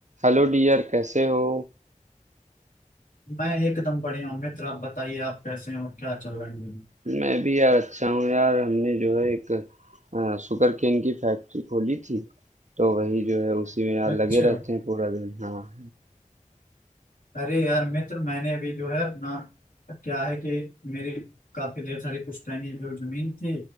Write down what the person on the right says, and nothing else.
हेलो डियर कैसे हो
मैं भी यार अच्छा हूँ यार हमने जो है एक आ, शुगर केन की फैक्ट्री खोली थी तो वही जो है उसी में यार
लगे रहते हैं पूरा दिन हाँ